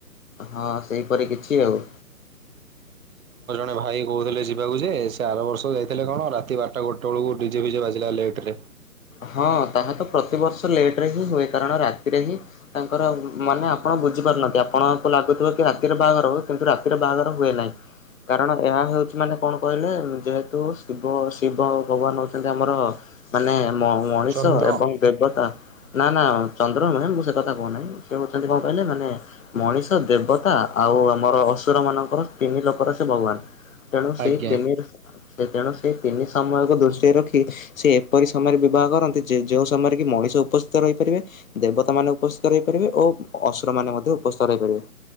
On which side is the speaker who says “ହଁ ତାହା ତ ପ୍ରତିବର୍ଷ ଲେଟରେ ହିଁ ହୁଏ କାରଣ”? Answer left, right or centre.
Left